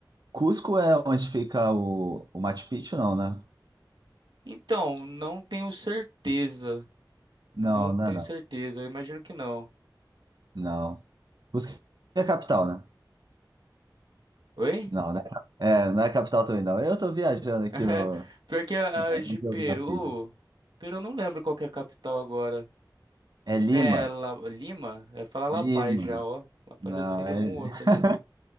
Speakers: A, on the right (about 60°); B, on the right (about 80°).
A: Cusco é onde fica o, o Machu Picchu, não, né?
B: Então, não tenho certeza. Não
A: Não,
B: tenho
A: não é não.
B: certeza, eu imagino que não.
A: Não. Cusco é a capital, né?
B: Oi?
A: Não, não é, é, não é a capital também, não. Eu tô viajando
B: <laughs>
A: aqui
B: É,
A: no,
B: pior que a,
A: na, na
B: a de Peru.
A: geografia.
B: Peru eu não lembro qual que é a capital agora.
A: É Lima.
B: Né, La- Lima? É falar La
A: Lima.
B: Paz já, ó. La Paz
A: Não,
B: deve ser de
A: é...
B: algum
A: <laughs>
B: outro ali. pô.